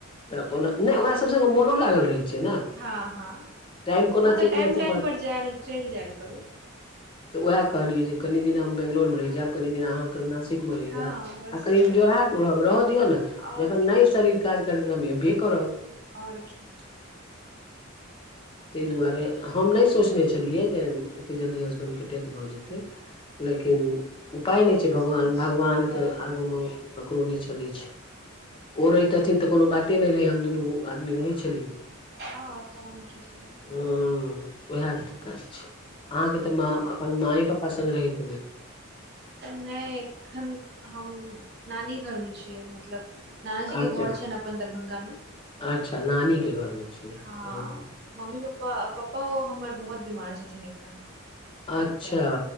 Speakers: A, on the left; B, on the right.
A: त अपन ओकरा सब संगे मनो लागल रहै छै
B: हँ हँ
A: टाइम कोना
B: हँ तऽ
A: चलि
B: टाइम
A: जाइ छै
B: टाइम पर जायल चलि जायल करू
A: उएह कहलियै जे कनी दिन हम बेंगलोर मे रहि जायब कनि दिन अहाँके न ठीक मे रहि जायब
B: हँ बस
A: आ कनि जोड़हाट रह रहऽ दियौ ने
B: आओर
A: जखन
B: की
A: नहि शरीर काज करत तऽ हम एबे करबै
B: ओर की
A: ताहि दुआरे हम नहि सोचने छलियै जे। एते जल्दी हसबैंड के डेथ भऽ जेते लेकिन ' उपाय
B: कऽ
A: नहि छै
B: की सकै
A: भगवान
B: छी
A: भगवान
B: तऽ
A: के आगू मे ककरो नहि चलै छैले ओ रहितथिन तऽ कोनो बाते नहि रहै हम दुनू आदमी रहै छथिन
B: हँ तहन की छल
A: ह उएह दिक्कत छै अहाँके तऽ म अपन माए पापा संगे रहैत हबे
B: नहि एखन हम नानी घर मे छियै मतलब नानाजी
A: अच्छा
B: के घर छै ने अपन दरभंगा मे
A: अच्छा नानीके घरमे छियै
B: हँ मम्मी पापा पपोओ हमर बहुत बीमार छथिन एखन
A: अच्छा
B: तऽ